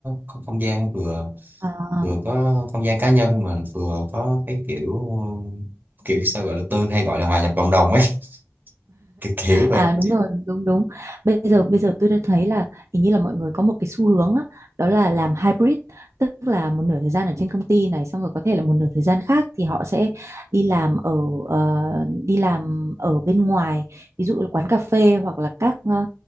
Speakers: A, on the right; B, on the right.
A: có không gian vừa
B: À,
A: vừa có không gian cá nhân mà vừa có cái kiểu kiểu sao gọi là tôi hay gọi là hòa nhập cộng đồng ấy <laughs> cái kiểu vậy
B: À đúng rồi, đúng đúng. Bây giờ bây giờ tôi đã thấy là hình như là mọi người có một cái xu hướng á, đó là làm hybrid, tức là một nửa thời gian ở trên công ty này xong rồi có thể là một nửa thời gian khác thì họ sẽ đi làm ở ờ, đi làm ở bên ngoài, ví dụ là quán cà phê hoặc là các ờ,